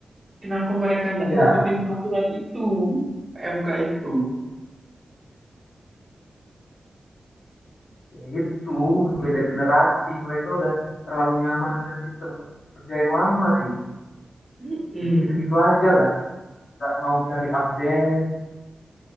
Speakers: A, on the right (about 25°); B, on the left (about 80°).
A: Kenapa mereka nggak
B: Ya,
A: ngikutin peraturan itu, PMK itu?
B: Ya itu, beda generasi. Mereka udah terlalu nyaman dengan sistem kerja yang lama sih.
A: Mm-mm,
B: Jadi gitu-gitu aja lah. Nggak mau cari update.